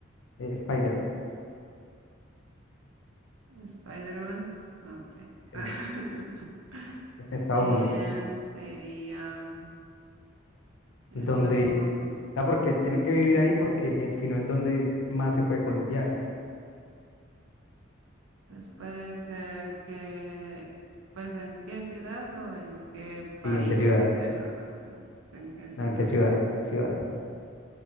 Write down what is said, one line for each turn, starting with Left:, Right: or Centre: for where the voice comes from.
Left: Spider-Man?
Right: Spider-Man, no sé. <laughs>
Left: Sí, en Estados
Right: En
Left: Unidos.
Right: sería en
Left: Donde,
Right: los,
Left: ah, porque tiene que vivir ahí porque eh, si no, ¿en dónde más se puede columpiar?
Right: pues puede ser que, pues en qué ciudad o en qué
Left: Sí,
Right: país
Left: ¿en qué ciudad?
Right: de los rascacielos, en qué ciudad
Left: No, ¿en qué ciudad? Ciudad.